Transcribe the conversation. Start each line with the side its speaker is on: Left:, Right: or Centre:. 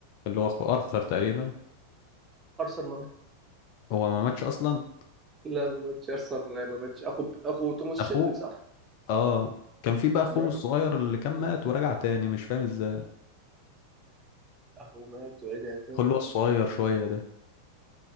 Left: اللي هو اخو ارثر تقريبا
Right: ارثر
Left: هو ما ماتش اصلا
Right: لا ما ماتش ارثر ما ماتش اخو اخو توماس
Left: اخوه
Right: شيلبي صح
Left: اه كان في بقى اخوه
Right: لا
Left: الصغير
Right: ما-
Left: اللي كان مات ورجع تاني مش فاهم ازاي
Right: اخو مات ورجع تاني
Left: اخوه اللي هو الصغير شويه ده